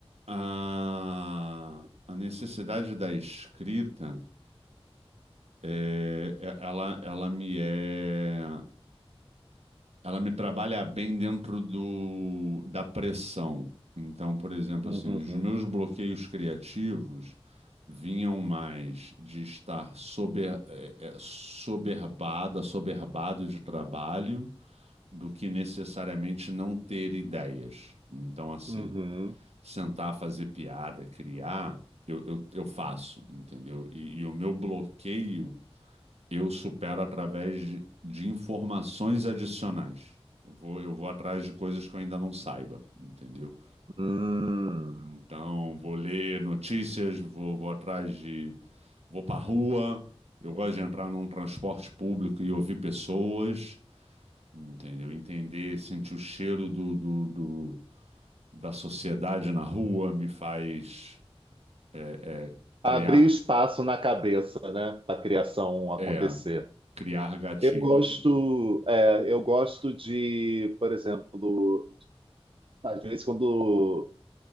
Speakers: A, on the right; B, on the right.
A: A, a necessidade da escrita. É, é- ela, ela me é, ela me trabalha bem dentro do, da pressão. Então, por exemplo,
B: Uhum,
A: assim, os meus bloqueios criativos vinham mais de estar sober, é, é, soberbada, soberbado de trabalho, do que necessariamente não ter ideias. Então, assim,
B: uhum.
A: sentar, fazer piada, criar, eu, eu, eu faço, entendeu? e e o meu bloqueio eu supero através de, de informações adicionais. Eu vou, eu vou atrás de coisas que eu ainda não saiba, entendeu?
B: Hum.
A: Então, vou ler notícias, vou, vou atrás de. Vou pra rua, eu gosto de entrar num transporte público e ouvir pessoas, entendeu? Entender, sentir o cheiro do, do, do- da sociedade na rua me faz é, é, criar,
B: Abrir espaço na cabeça, né, para a criação acontecer.
A: é, criar gatilhos,
B: Eu gosto,
A: entendeu?
B: é, eu gosto de, por exemplo, às vezes quando